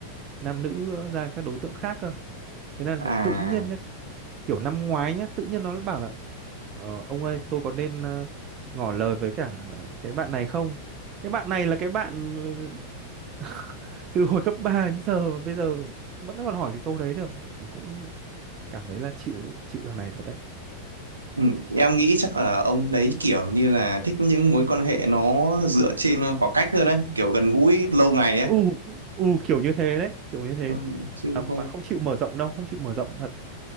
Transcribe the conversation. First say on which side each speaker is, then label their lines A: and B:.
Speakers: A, on the right; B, on the right.
A: nam nữ ra các đối tượng khác cơ thế nên
B: à
A: là tự nhiên nhá, kiểu năm ngoái nhá tự nhiên nó bảo là ờ, ông ơi tôi có nên ờ, ngỏ lời với cả cái bạn này không cái bạn này là cái bạn <laughs> từ hồi cấp 3 đến giờ mà bây giờ vẫn còn hỏi cái câu đấy được mình cũng cảm thấy là chịu chịu thằng này thật đấy
B: ừ, em nghĩ chắc là ông đấy kiểu như là thích những mối quan hệ nó dựa trên khoảng cách hơn ấy kiểu gần gũi lâu ngày ấy
A: u u kiểu như thế đấy kiểu như thế
B: Ừ, chứ
A: mà
B: không
A: mà không chịu mở rộng đâu không chịu mở rộng thật